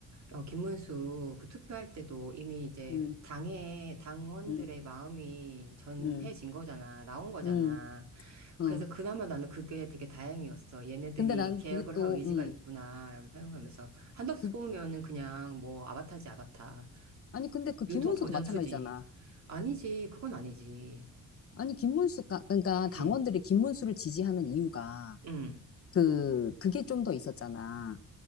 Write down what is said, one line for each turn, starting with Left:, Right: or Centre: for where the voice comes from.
Right: 어, 김문수 그 투표할 때도 이미 이제
Left: 음,
Right: 당의 당원들의
Left: 음,
Right: 마음이 전해진
Left: 음,
Right: 거잖아. 나온 거잖아.
Left: 음, 어.
Right: 그래서 그나마 나는 그게 되게 다행이었어. 얘네들이
Left: 근데 난
Right: 개혁을
Left: 그게 또,
Right: 할 의지가
Left: 음,
Right: 있구나라고 생각하면서. 한덕수
Left: 그,
Right: 뽑으면은 그냥 뭐 아바타지 아바타.
Left: 아니, 근데 그 김문수도
Right: 윤통 버전
Left: 마찬가지잖아.
Right: 2지. 아니지. 그건 아니지.
Left: 아니, 김문수, 가- 그러니까 당원들이
Right: 응,
Left: 김문수를 지지하는 이유가
Right: 응,
Left: 그, 그게 좀 더 있었잖아.